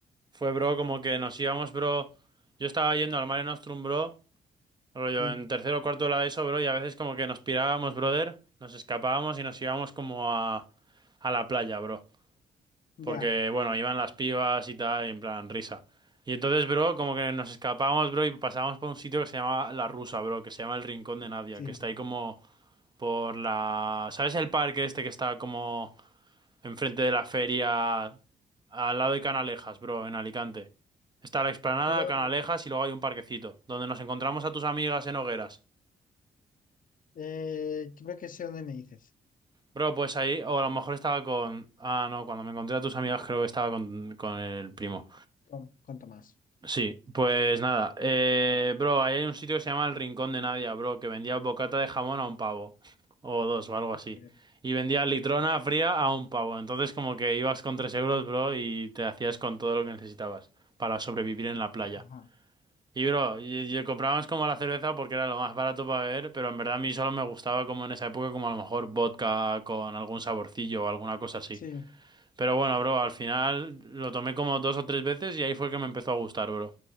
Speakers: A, on the right; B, on the left.
A: fue, bro, como que nos
B: Sí,
A: íbamos, bro. Yo estaba yendo al Mare Nostrum, bro. Rollo,
B: sí,
A: en tercero o cuarto de la ESO, bro, y a veces como que nos pirábamos, brother, nos escapábamos y nos íbamos como a, a la playa, bro.
B: ya,
A: Porque, bueno, iban las pibas y tal, y en plan, risa. Y entonces, bro, como que nos escapábamos, bro, y pasábamos por un sitio que se llama La Rusa, bro, que se llama el Rincón de Nadia,
B: sí.
A: que está ahí como por la... ¿Sabes el parque este que está como enfrente de la feria, al lado de Canalejas, bro, en Alicante? Está la explanada,
B: Creo,
A: Canalejas y luego hay un parquecito, donde nos encontramos a tus amigas en hogueras.
B: eh, creo que sé dónde me dices,
A: Bro, pues ahí, o a lo mejor estaba con... Ah, no, cuando me encontré a tus amigas creo que estaba con, con el primo.
B: con, con Tomás.
A: Sí, pues nada. Eh, bro, ahí hay un sitio que se llama El Rincón de Nadia, bro, que vendía bocata de jamón a un pavo. <laughs> O dos, o algo así.
B: Eh,
A: Y vendía litrona fría a un pavo. Entonces como que ibas con tres euros, bro, y te hacías con todo lo que necesitabas para sobrevivir en la playa.
B: Ajá,
A: Y bro, y, y comprábamos como la cerveza porque era lo más barato para beber, pero en verdad a mí solo me gustaba como en esa época, como a lo mejor vodka con algún saborcillo o alguna cosa así.
B: sí,
A: Pero bueno, bro, al final lo tomé como dos o tres veces y ahí fue que me empezó a gustar, bro.